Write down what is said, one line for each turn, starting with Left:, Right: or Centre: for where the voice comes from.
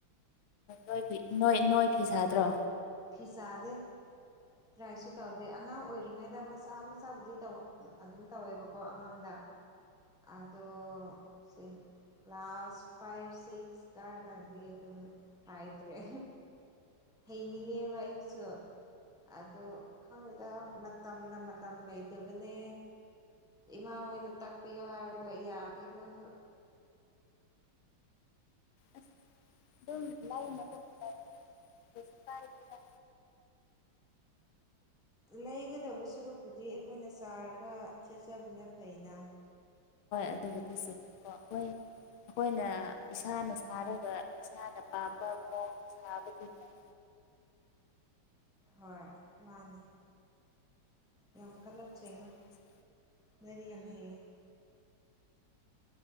Left: ꯅꯣꯏꯗꯤ ꯅꯣꯏ ꯅꯣꯏ ꯐꯤ ꯁꯥꯗ꯭ꯔꯣ
Centre: ꯐꯤ ꯁꯥꯗꯦ ꯇꯔꯥꯏꯁꯨ ꯇꯧꯗꯦ ꯑꯉꯥꯡ ꯑꯣꯏꯔꯤꯉꯩꯗ ꯃꯆꯥ ꯃꯆꯥꯕꯨꯗꯤ ꯇꯧ ꯑꯗꯨꯝ ꯇꯧꯋꯦꯕꯀꯣ ꯑꯉꯥꯡꯗ ꯑꯥꯗꯣ ꯁꯤ ꯀ꯭ꯂꯥꯁ ꯐꯥꯏꯚ ꯁꯤꯛꯁ ꯀꯔꯀꯥꯟꯗꯗꯤ ꯑꯗꯨꯝ ꯍꯥꯏꯗ꯭ꯔꯦ ꯍꯩꯅꯤꯉꯦꯕ ꯑꯩꯁꯨ ꯑꯗꯨ ꯈꯪꯗꯦꯗ ꯃꯇꯝꯅ ꯃꯇꯝ ꯂꯩꯇꯕꯅꯦ ꯏꯃꯥ ꯍꯣꯏꯅ ꯇꯥꯛꯄꯤꯌꯣ ꯍꯥꯏꯔꯒ ꯌꯥꯗꯦ ꯃꯣꯏꯁꯨ
Left: ꯑꯁ <unintelligible> ꯀꯩꯁꯨ ꯀꯥꯢꯗꯦꯗ
Centre: ꯂꯩꯒꯗꯕ ꯁꯨꯔꯨꯛꯄꯨꯗꯤ ꯑꯩꯈꯣꯏꯅ ꯆꯥꯔꯒ ꯁꯦꯠꯆꯕꯅ ꯐꯩꯏꯅ
Left: ꯑꯗꯨꯕꯨꯗꯤ ꯍꯣꯏ ꯑꯩꯈꯣꯏꯅ ꯏꯁꯥꯅ ꯁꯥꯔꯒ ꯏꯁꯥꯅ ꯄꯥꯝꯕ ꯃꯑꯣꯡ ꯁꯥꯕꯗꯤ ꯂꯩ
Centre: ꯍꯣꯏ ꯃꯥꯅꯦ ꯌꯥꯝ
Left: ꯃꯤꯅ
Centre: ꯀꯂꯛꯆꯩꯉꯣ
Left: ꯁꯥꯕꯁꯦ
Centre: ꯅꯣꯏꯗꯤ ꯌꯥꯝ ꯍꯩꯌꯦ <unintelligible>